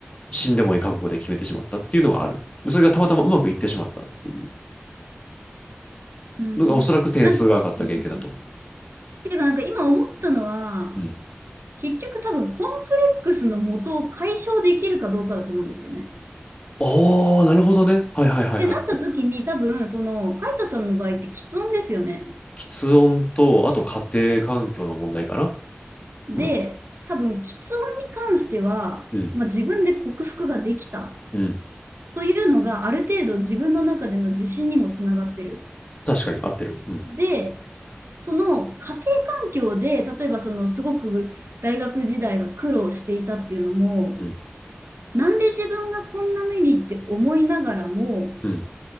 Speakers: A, on the left; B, on the right.
A: 死んでもいい覚悟で決めてしまったっていうのがある。それがたまたまうまくいってしまったっていう
B: うん。
A: のがおそらく点数が上がった経験だと思
B: なんか、うん。ていうか、なんか今思ったのは、
A: う。うん。
B: 結局多分コンプレックスの元を解消できるかどうかだと思うんですよね。
A: おー、なるほどね。はいはいはいはい、
B: で、なった時に多分、
A: はい。
B: その、カイトさんの場合って喫音ですよね。
A: 喫音と、あと家庭環境の問題かな。
B: で、
A: うん。
B: 多分、き音に関しては、
A: うん。
B: まあ、自分で克服ができた
A: うん。
B: というのが、ある程度自分の中での自信にもつながってる。
A: 確かに合ってる。うん。
B: で、その家庭環境で、例えばそのすごく大学時代が苦労していたっていうのも、
A: うん。
B: なんで自分がこんな目にって思いながらも、
A: うん。